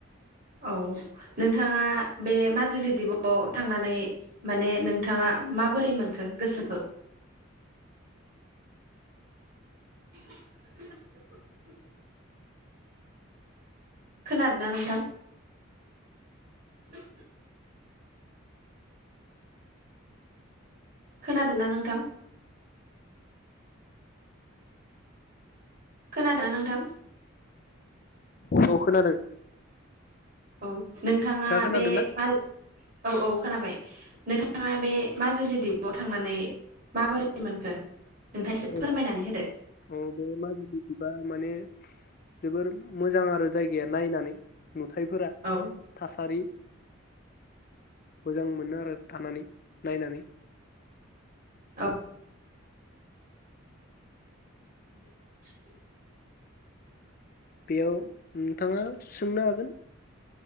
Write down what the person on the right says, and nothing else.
औ नोंथाङा बे माजुलि दिपआव थांनानै माने नोंथाङा माबोरै मोनखो गोसोखौ? लांदां खोनादोंना नोंथां? लांदां खोनादोंना नोंथां? खोनादोना नोंथां
औ नोंथाङा
बे
औ औ खोनाबाय नोंथां नोंथाङा बे माजुलि दिपआव थांनानै माबोरै मोनखो? नोंथाङा एसे
फोरमायनानै होदो
औ
औ लांदां